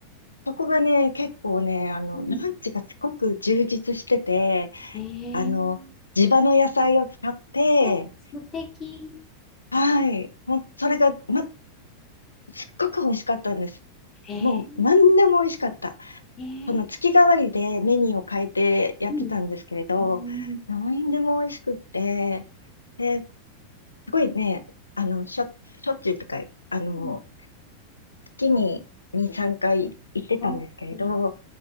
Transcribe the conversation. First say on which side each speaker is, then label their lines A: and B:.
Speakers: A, on the left (about 75°); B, on the left (about 30°).
A: そこがね、結構ね、あの、
B: うん。
A: ランチがすごく充実してて、
B: えー、
A: あの、地場の野菜を使って、
B: え、素敵。
A: はい。ほん、それが、ま、すっごく美味しかったんです。
B: えー、
A: もう何でも美味しかった。
B: えー、
A: その月替わりでメニューを変えてやってたんですけれど、
B: うん。うん。
A: 何でも美味しくって、で、すごいね、あの、しょ、しょっちゅうとか、あの、
B: うん。
A: 月に2、3回行ってたんですけれど、
B: あー、